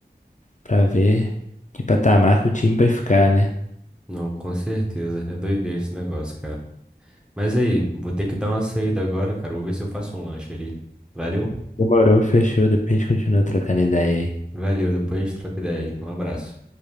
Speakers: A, on the left; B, in the centre.
A: pra ver que patamar que o time vai ficar, né?
B: Não, com certeza. É doideira esse negócio, cara. Mas aí, vou ter que dar uma saída agora, cara. Vou ver se eu faço um lanche ali. Valeu?
A: Demorou, fechou. Depois a gente continua trocando ideia aí.
B: Valeu, depois a gente troca ideia aí. Um abraço.